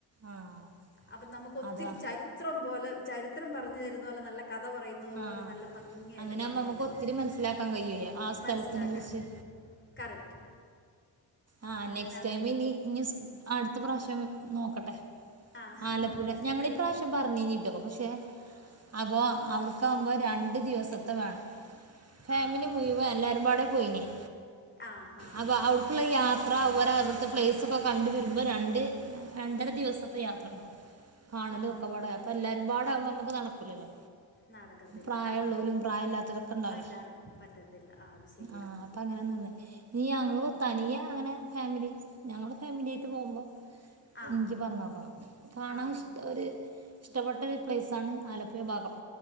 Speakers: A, on the right; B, on the left.
A: ആഹ്
B: അപ്പം നമുക്ക് ഒത്തിരി
A: അതാ
B: ചരിത്രം പോലെ ചരിത്രം പറഞ്ഞു തരുന്ന പോലെ നല്ല കഥ പറയ് ന്നതു
A: ആഹ്
B: പോലെ നല്ല ഭംഗിയായിട്ട്
A: അങ്ങനെ
B: പറഞ്
A: ആകുമ്പോ നമുക്ക്
B: തരും
A: ഒത്തിരി മനസ്സിലാക്കാൻ കഴിയുവേ ആ സ്ഥലത്തിനെ
B: മൻസിലാക്കാൻ
A: കുറിച്ച്
B: കറക്റ്റ്
A: ആ
B: അങ്ങനെ
A: നെക്സ്റ്റ്
B: അത്
A: ടൈമ് ഇനി ഇനി സ് അട്ത്ത പ്രാവശ്യം നോക്കട്ടെ
B: ആ
A: ആലപ്പുഴ ഞങ്ങളീ
B: പിള്ള
A: പ്രാവശ്യം പർ ഞ്ഞിനി ട്ടോ പക്ഷെ അപ്പൊ അവ്ട്ക്കാവുമ്പോ രണ്ട് ദിവസ <unintelligible> ഫാമിലി
B: ആ ഹാ
A: മുഴുവ എല്ലാരും പാടെ പോയിനിയെ
B: ആ ഹാ
A: അപ്പൊ അവ് യാത്ര ഓലെ ഇവട്ത്തെ പ്ലേസ് ഒക്ക കണ്ട് വരുമ്പ രണ്ട് രണ്ടര ദിവസത്തെ യാത്ര ഇണ്ടാവും കാണല്
B: ആ
A: ഒക്ക പാട അപ്പ എല്ലാരും പാട ആവുമ്പ നമുക്ക് നടക്കൂലല്ലോ
B: നടക്കത്തില്ല
A: പ്രായ
B: ആ
A: ഇള്ളോലും പ്രായ ഇല്ലാത്തൊലൊക്കെ ഇണ്ടാവൂലേ
B: ആ, എല്ലാവർക്കും പറ്റത്തില്ല ആ അത് ശരിയാ
A: ആ അപ്പ അങ്ങനെ നിന്ന് ഇഞ് ഞങ്ങളു തനിയെ അങ്ങനെ ഫാമിലി ഞങ്ങള ഫാമിലിയായിട്ട് പോവുമ്പോ
B: ആ
A: എൻക്കി പർഞ്ഞോക്കണം കാണാൻ
B: ആ
A: ഇഷ്ട ഒര് ഇഷ്ടപ്പെട്ട ഒര് പ്ലെയ്സ് ആണ് ആലപ്പുഴ ഭാഗം